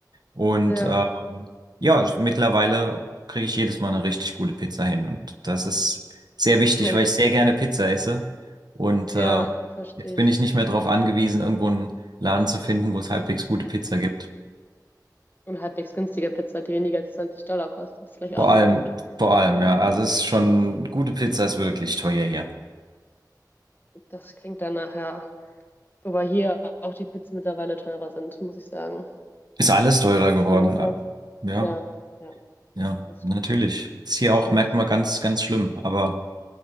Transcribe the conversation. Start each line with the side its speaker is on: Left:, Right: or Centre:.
Right: Und
Left: Ja,
Right: Mhm. ähm, ja, mittlerweile kriege ich jedes Mal eine richtig gute Pizza hin. Und das ist sehr
Left: <laughs>
Right: wichtig,
Left: sehr
Right: weil
Left: gut.
Right: ich sehr gerne Pizza esse. Und
Left: Ja,
Right: äh,
Left: verstehe
Right: jetzt bin
Left: ich.
Right: ich nicht mehr darauf angewiesen, irgendwo einen Laden zu finden, wo es halbwegs gute Pizza gibt.
Left: Und halbwegs günstige Pizza, die weniger als 20 Dollar kostet, ist vielleicht
Right: Vor
Left: auch
Right: allem,
Left: ein Punkt.
Right: vor allem, ja. Also es ist schon, gute Pizza ist wirklich teuer hier.
Left: Das klingt danach, ja. Wobei hier auch die Pizzen mittlerweile teurer sind, muss ich sagen.
Right: Ist alles teurer geworden.
Left: Und in Ecuador.
Right: Äh, Ja,
Left: Ja, ja,
Right: ja,
Left: das
Right: natürlich.
Left: stimmt.
Right: Ist hier auch,
Left: Das
Right: merkt man
Left: stimmt.
Right: ganz, ganz schlimm. Aber